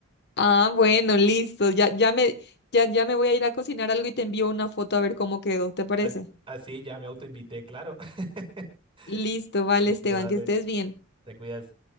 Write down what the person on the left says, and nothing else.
Ah, bueno, listo. Ya, ya me, ya, ya me voy a ir a cocinar algo y te envío una foto a ver cómo quedó. ¿Te parece?
Listo, vale,
Esteban,
que estés bien.